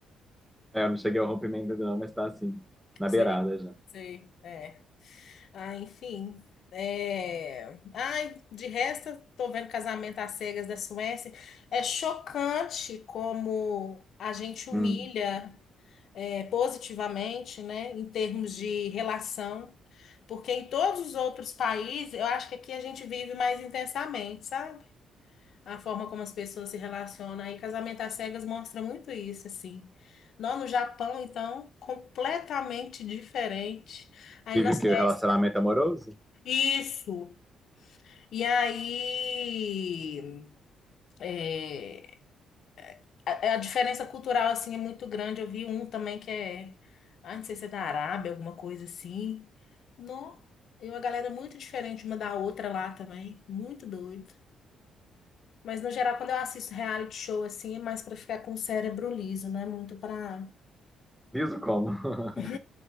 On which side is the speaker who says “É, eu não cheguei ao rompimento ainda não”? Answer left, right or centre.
Centre